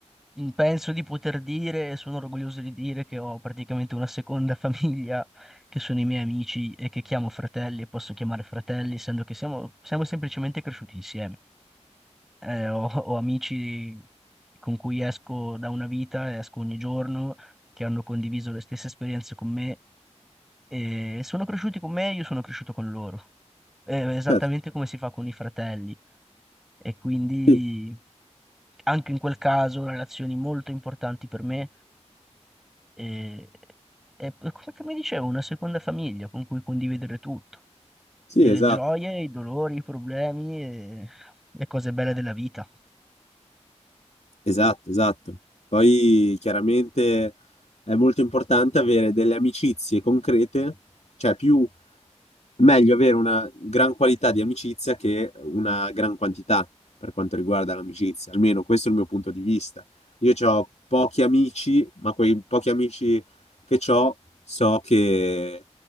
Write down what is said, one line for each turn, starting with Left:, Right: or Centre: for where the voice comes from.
Centre: Mm, Penso di poter dire, e sono orgoglioso di dire che ho praticamente una seconda <laughs> famiglia, che sono i miei amici e che chiamo fratelli e posso chiamare fratelli, essendo che siamo, siamo semplicemente cresciuti insieme. Eh, ho, ho amici con cui esco da una vita, esco ogni giorno, che hanno condiviso le stesse esperienze con me e sono cresciuti con me e io sono cresciuto con loro. Eh, esattamente
Left: Certo,
Centre: come si fa con i fratelli. E quindi
Left: sì,
Centre: anche in quel caso relazioni molto importanti per me e, è p- come che mi dicevo, una seconda famiglia con cui condividere tutto,
Left: sì,
Centre: e le
Left: esatto.
Centre: gioie, i dolori, i problemi e le cose belle della vita.
Left: Esatto, esatto. Poi chiaramente è molto importante avere delle amicizie concrete, cioè più meglio avere una gran qualità di amicizia che una gran quantità per quanto riguarda l'amicizia, almeno questo è il mio punto di vista. Io ho pochi amici, ma quei pochi amici che ho so che